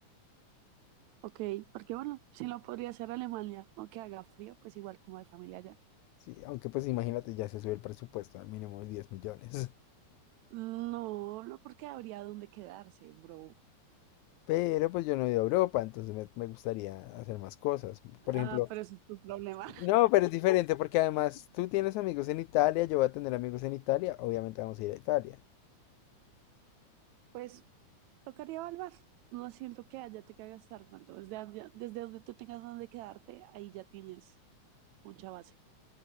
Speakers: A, on the right; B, on the left.
A: Ok, porque bueno, si no podría ser Alemania, aunque haga frío, pues igual como hay familia allá.
B: Sí, aunque pues imagínate, ya se sube el presupuesto al mínimo de 10 millones.
A: No, no porque habría dónde quedarse, bro.
B: <laughs> Pero pues yo no he ido a Europa, entonces me, me gustaría hacer más cosas. Por ejemplo,
A: Ah, pero ese es tu problema.
B: <laughs> no, pero es diferente porque además
A: <laughs>
B: tú tienes amigos en Italia, yo voy a tener amigos en Italia, obviamente vamos a ir a Italia.
A: Pues tocaría evaluar. No siento que haya te que gastar tanto. Desde, donde- desde donde tú tengas donde quedarte, ahí ya tienes mucha base.